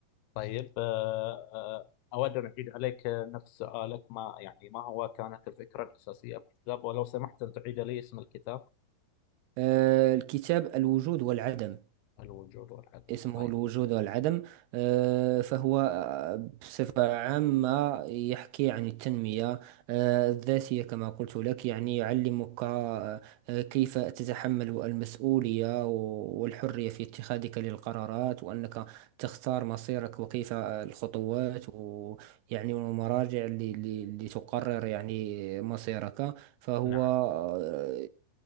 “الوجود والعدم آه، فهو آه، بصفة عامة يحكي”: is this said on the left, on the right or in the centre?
Right